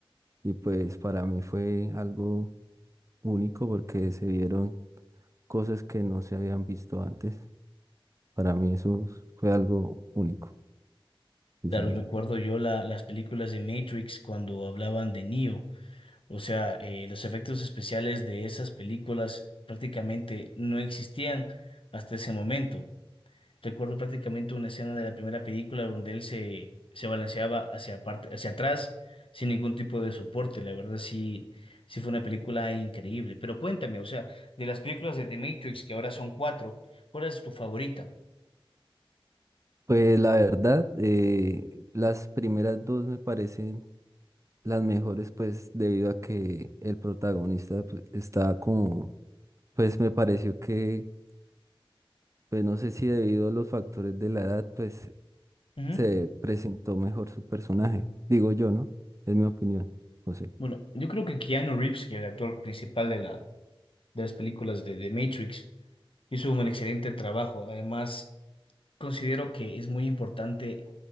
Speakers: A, on the right; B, on the left.
A: y pues para mí fue algo único porque se vieron cosas que no se habían visto antes. Para mí eso fue algo único, sí,
B: Claro,
A: señor.
B: recuerdo yo la- las películas de Matrix cuando hablaban de Neo. O sea, eh, los efectos especiales de esas películas prácticamente no existían hasta ese momento. Recuerdo prácticamente una escena de la primera película donde él se, se balanceaba hacia parte, hacia atrás sin ningún tipo de soporte. La verdad sí, sí fue una película increíble. Pero cuéntame, o sea, de las películas de The Matrix, que ahora son cuatro, ¿cuál es tu favorita?
A: Pues la verdad, eh, las primeras dos me parecen las mejores, pues debido a que el protagonista pues, está como, pues me pareció que, pues no sé si debido a los factores de la edad, pues
B: Ujú.
A: se presentó mejor su personaje. Digo yo, ¿no? Es mi opinión, José.
B: Bueno, yo creo que Keanu Reeves, que es el actor principal de la, de las películas de The Matrix, hizo un excelente trabajo. Además, Considero que es muy importante